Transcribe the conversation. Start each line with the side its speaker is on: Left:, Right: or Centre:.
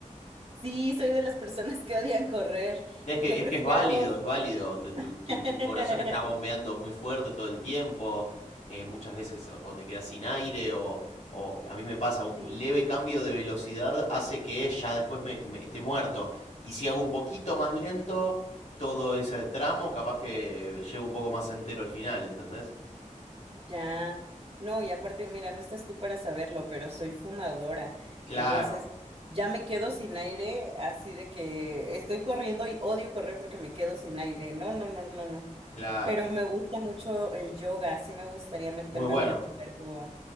Right: Sí, soy de las personas que odian correr.
Left: Es que,
Right: Yo
Left: es
Right: prefiero...
Left: que es válido, es válido. te- tu, tu-
Right: <laughs>
Left: tu corazón está bombeando muy fuerte todo el tiempo. eh, muchas veces o o te quedas sin aire o, o a mí me pasa, un
Right: Sí,
Left: leve cambio de velocidad hace que ya después me, me esté muerto. Y si hago un poquito más lento todo ese tramo, capaz que llego un poco más entero al final, ¿entendés?
Right: ya. No, y aparte, mira, no estás tú para saberlo, pero soy fumadora.
Left: Claro,
Right: Entonces, ya me quedo sin aire, así de que estoy corriendo y odio correr porque me quedo sin aire. No, no, no, no, no.
Left: claro.
Right: Pero me gusta mucho el yoga, sí me gustaría meterme
Left: Muy bueno,
Right: a practicar yoga.